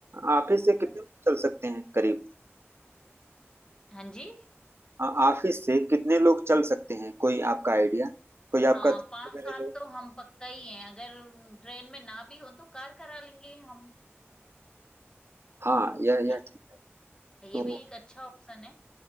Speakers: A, on the right; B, on the left.
A: ऑफिस से
B: है
A: कितने
B: ना
A: लोग चल सकते हैं करीब
B: हाँ जी
A: अ, ऑफिस से कितने लोग चल सकते हैं कोई आपका आइडिया कोई
B: हाँ
A: आपका दोस्त
B: पांच
A: वगैरह
B: सात
A: जो
B: तो हम पक्का ही हैं अगर ट्रेन में ना भी हो तो कार करा लेंगे हम
A: हाँ यह
B: ये
A: यह ठीक है
B: भी
A: तो
B: ये भी एक अच्छा ऑप्शन है